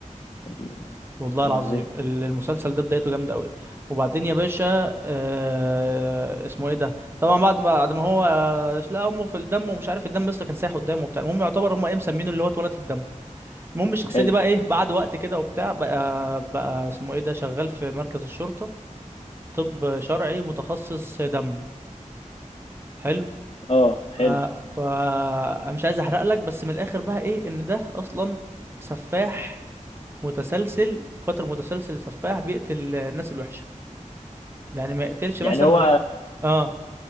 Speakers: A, on the left; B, on the right.
A: يعني
B: والله العظيم
A: وبعدين
B: ال- المسلسل ده بدايته جامده قوي وبعدين يا باشا آه اسمه ايه ده طبعا بعد بعد ما هو آه، لقى امه في الدم ومش عارف الدم لسه كان سايح قدامه وبتاع المهم يعتبر هم ايه مسمينه اللي هو اتولد في الدم المهم الشخصيه
A: حلو
B: دي بقى ايه بعد وقت كده وبتاع بقى بقى اسمه ايه ده شغال في مركز الشرطه طب شرعي متخصص دم حلو
A: اه حلو
B: ف... ف انا مش عايز احرق لك بس من الاخر بقى ايه ان ده اصلا سفاح متسلسل قاتل متسلسل سفاح بيقتل الناس الوحشه يعني ما يقتلش
A: يعني
B: مثلا
A: هو
B: غير اه